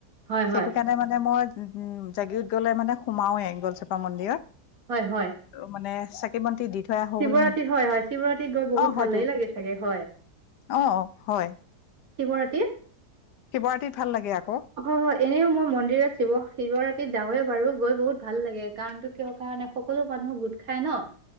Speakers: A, on the right; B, on the left.
A: হয়
B: সেইটো কাৰণে মানে মই উম জাগিত গ'লে মানে সোমাওৱে গলচেপা মন্দিৰত
A: হয় হয়
B: মনে চাকি বন্তি দি থৈ আহো
A: শিৱৰাতি
B: বুলি
A: হয় হয় শিৱৰাতিত গৈ বহুত
B: হয়তো
A: ভাল লাগেই লাগে চাগে হয়
B: অ অ হয়
A: শিৱৰাতি
B: শিৱৰাটীত ভাল লাগে আ
A: হয় হয় এনেও মই মন্দিৰত শিৱ শিৱৰাতি যাওৱে বাৰু গৈ বহুত ভাল লাগে কাৰণো কিয় কাৰণে সকলো মানুহ গোট খাই ন